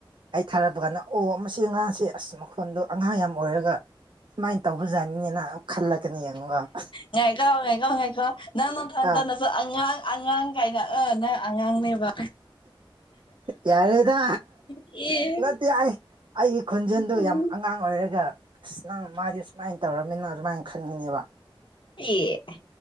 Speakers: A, on the right; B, on the left.
A: ꯑꯩ ꯊꯥꯔꯛꯄ ꯀꯥꯟꯗ ꯑꯣ ꯃꯁꯤ ꯑꯉꯥꯡꯁꯤꯦ ꯑꯁ ꯃꯈꯣꯟꯗꯣ ꯑꯉꯥꯡ ꯌꯥꯝ ꯑꯣꯏꯔꯒ ꯁꯨꯃꯥꯏꯅ ꯇꯧꯕꯖꯥꯠꯅꯤ ꯅ ꯈꯜꯂꯛ ꯀꯅꯤ ꯌꯦꯉꯅꯨꯡ
B: ꯉꯥꯏꯀꯥꯎ ꯉꯥꯏꯥꯎ ꯉꯥꯏꯀꯥꯎ ꯅꯪ ꯅꯊꯟ
A: ꯑꯥ
B: ꯇꯅꯁꯨ ꯑꯉꯥꯡ ꯑꯉꯥꯡ ꯀꯥꯏꯅ ꯑꯪ ꯑꯉꯥꯡꯅꯦꯕ
A: ꯌꯥꯔꯦꯗ
B: ꯑꯦ
A: ꯅꯠꯇꯦ ꯑꯩ ꯑꯩꯒꯤ ꯈꯣꯟꯖꯦꯜꯗꯨ
B: ꯎꯝ
A: ꯌꯥꯝ ꯑꯉꯥꯡ ꯑꯣꯏꯔꯒ ꯑꯁ ꯅꯪ ꯃꯥꯗꯤ ꯁꯨꯃꯥꯏꯅ ꯇꯧꯔꯃꯤꯅ ꯑꯗꯨꯃꯥꯏꯅ ꯈꯟꯒꯅꯦꯕ
B: ꯍ